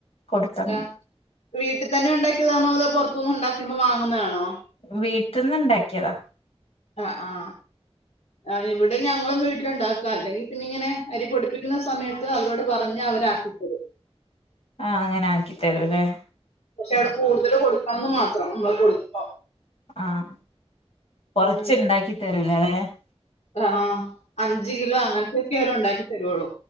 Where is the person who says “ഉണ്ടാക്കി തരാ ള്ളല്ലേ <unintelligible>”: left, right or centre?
Left